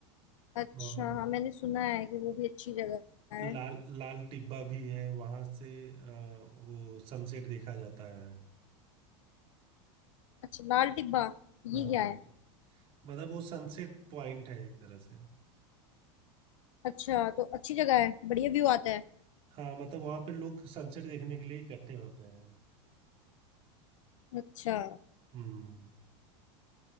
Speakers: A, on the left; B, on the right.
A: अच्छा
B: और
A: हाँ मैंने सुना है कि वो भी अच्छी जगह है
B: लाल लाल टिब्बा भी है वहां से अ, वो सनसेट देखा जाता है
A: अच्छा लाल टिब्बा
B: हाँ
A: ये क्या है
B: मतलब वो सनसेट पॉइंट है एक तरह से
A: अच्छा तो अच्छी जगह है बढ़िया व्यू आता है
B: हाँ मतलब वहां पे लोग सनसेट देखने के लिए इकट्ठे होते हैं
A: अच्छा
B: हम्म